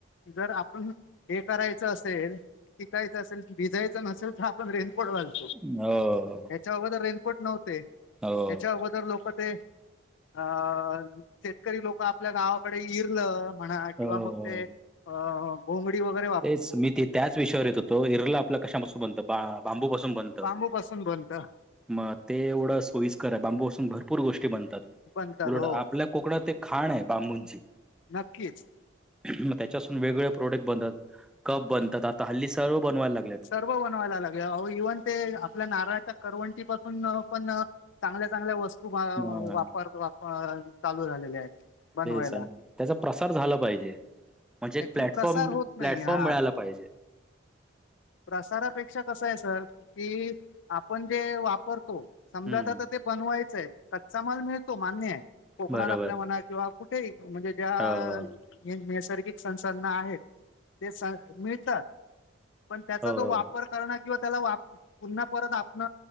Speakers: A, on the left; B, in the centre.
A: जर आपण हे करायचं असेल की काय असेल भिजयचं नसेल तर आपण रेनकोट घालतो.
B: हो.
A: च्या अगोद रेनकोट नव्हते
B: हो
A: याच्या अगो अ - लोक ते अ शेतकरी लोक आपल्या गावाकडे इरलं. म्हणा
B: हो.
A: किंवा मग ते घोंगडी वैगरे,
B: तेचं मी ते त्याच विषयावर येत होतो इरलं आपल्या कशापासून बनतं बांबूपसून बनतं.
A: बांबू पासून बनतं.
B: मग ते एवढं सोयस्कर आहे बांबूपसून भरपूर गोष्टी बनतात
A: बनतात
B: उलट
A: हो
B: आपल्या कोकणात एक खाण आहे बांबूंची.
A: नक्कीचं.
B: मग त्याच्यासून वेगवेगळे प्रोडक्ट बनतात कप बनतात आता हल्ली सर्व बनवायला लाग.
A: सर्व बनवायला लागे इवन. ते आपल्या नारळाच्या करवंटी पाासून पण चांगल्या - चांगल्या वस्तु. तुम
B: मग
A: वापर वाप चालू झालेले आहेत बनवायला
B: तेसन त्याचा प्रसार झाला पाहिजे म्हणजे एक
A: ऍक्च्युली
B: प्लॅटफॉर्म-
A: प्रसार होत
B: प्लॅटफॉर्म
A: नाही हा
B: मिळाला पाहिजे.
A: प्रसारापेक्षा कसं आहे सर की आपण जे वापरतो समजा
B: हम्म
A: आता ते. बनवायचय कच्चा माल मिळतो मान्य आहे कोकण
B: बरोबर
A: आपल्या मना किंवा कुठे म्हणजे. त्या
B: हो
A: नैसर्गिक संसाधना आहेत ते स - मिळतात. पण त्याचा
B: हो
A: जो वापर करण किंवा त्याला वा पुन्हा परत आपण